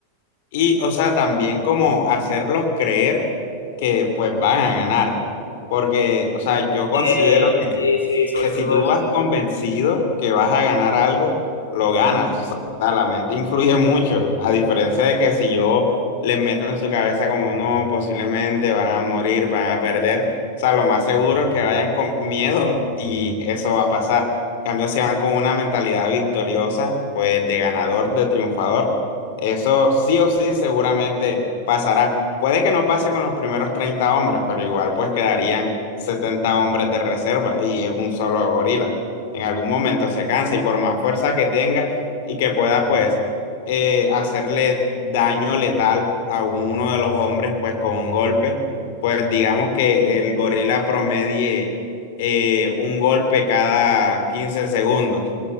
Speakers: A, on the left; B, on the left.
A: Y, o sea, también como hacerlos creer que pues van a ganar. Porque, o sea, yo
B: Eh,
A: considero que,
B: sí, sí, sobre
A: que si
B: todo
A: tú
B: eso.
A: vas convencido que vas a ganar algo, lo ganas. O sea, la mente influye mucho. A diferencia de que si yo les meto en su cabeza como no, posiblemente van a morir, van a perder. O sea, lo más seguro es que vayan con miedo y eso va a pasar. En cambio, si van con una mentalidad victoriosa, pues de ganador, de triunfador eso sí o sí seguramente pasará. Puede que no pase con los primeros 30 hombres, pero igual pues quedarían 70 hombres de reserva y es un solo gorila. En algún momento se cansa y por más fuerza que tenga y que pueda pues eh, hacerle daño letal a uno de los hombres pues con un golpe, pues digamos que el gorila promedie eh, un golpe cada 15 segundos.